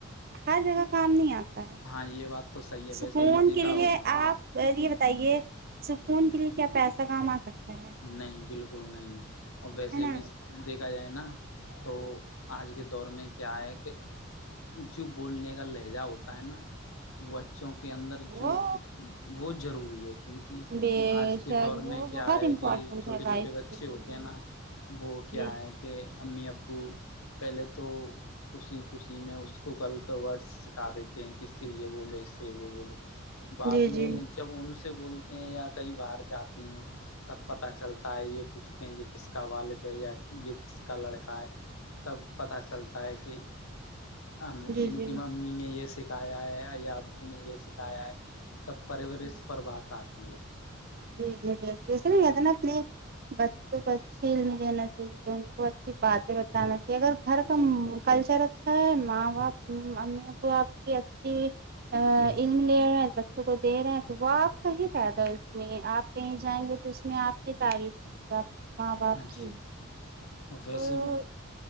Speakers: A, on the right (about 45°); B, on the left (about 80°).
A: ہر جگہ کام نہیں آتا ہے
B: ہاں یہ بات تو صحیح ہے
A: سکون
B: ویسے بھی دیکھا
A: کے لیے
B: ہوگا ہاں
A: آپ پہلے یہ بتائیے سکون
B: جی
A: کے لیے کیا پیسہ کام آ سکتا ہے
B: نہیں بالکل نہیں اور ویسے
A: ہے نا
B: بھی س دیکھ ا جائے نا تو آج کے دور میں کیا ہے کہ جو بولنے کا لہجہ ہوتا ہے نا بچوں کے اندر
A: وہ
B: جو ہہت ضروری ہے کیونکہ ہ
A: بے
B: آج کے
A: شک
B: دور
A: وہ
B: میں
A: بہت
B: کیا ہے
A: امپورٹینٹ
B: کہ چھوٹے
A: ہے لائف
B: چھوٹے بچے
A: کے لیے
B: ہوتے ہیں نا وہ کیا
A: جی
B: ہے کہ امی ابو پہلے تو خوشی خوشی میں اس کو غلط ورڈس سکھا دیتے ہیں کہ اس سے یہ بولو اس سے وہ بولو بعد
A: جی
B: میں جب ان سے بولتے ہیں یا کہیں باہر جاتے ہیں تب پتہ چلتا ہے یہ کچھ نہیں یہ کس کا والد ہے یا یہ کس کا لڑکا ہے تب پتا چلتا ہے کہ ہاں ہاں
A: جی
B: ان
A: جی
B: کی ممی نے یہ سکھایا ہے یا ابو نے یہ سکھایا ہے تب پرورش
A: جی
B: پر بات آتی ہے
A: جی جی باکل ویسے نہ نہیں جاتے نا پلے بچوں کو اچھی علم دینا چاہیے ان کو اچھی باتیں بتانا چاہیے اگر گھر
B: ہاں
A: کا
B: جی
A: م کلچر اچھا ہے ماں باپ امی ابو آپ کی اچھی ا علم لے رہے ہیں بچوں کو دے رہے ہیں تو وہ آپ کا ہی فائدہ ہے اس میں آپ کہیں جائیں گے تو اس میں آپ کی تعریف ہوگی آپ کے ماں باپ
B: ہاں
A: کی
B: جی اور ویسے
A: تو
B: بھی